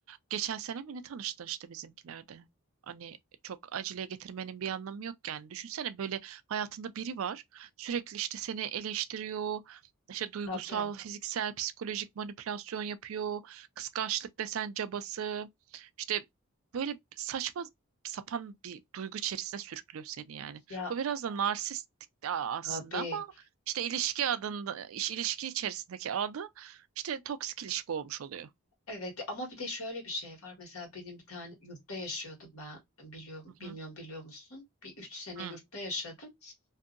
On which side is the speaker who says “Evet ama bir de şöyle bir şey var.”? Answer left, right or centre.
Left